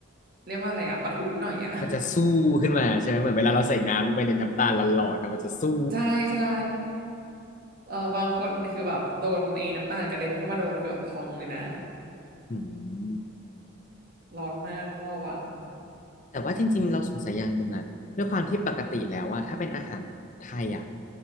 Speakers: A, on the right; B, on the left.
A: เรียกว่าอะไรอ่ะปะทุนิดหน่อยอ่ะ
B: มันจะสู้ขึ้นมาใช่ไหมเหมือนเวลาเราใส่น้ำลงไปในน้ำตาลหลอนๆนะมันจะสู้
A: <laughs> ใช่ใช่เอ่อบางคนคือแบบโดนไอ้น้ำตาลกระเด็นเข้ามาโดนคือแบบพองเลยนะ
B: อืม
A: ร้อนมากต้องระวัง
B: แต่ว่าจริงๆเราสงสัยอย่างหนึ่งอะด้วยความที่ปกติแล้วว่าถ้าเป็นอาหารไทยอะ